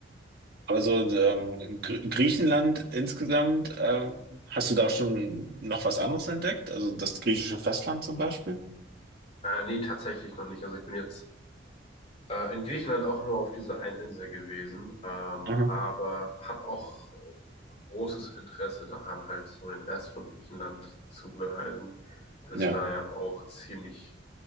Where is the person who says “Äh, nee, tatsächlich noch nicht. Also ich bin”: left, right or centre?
Left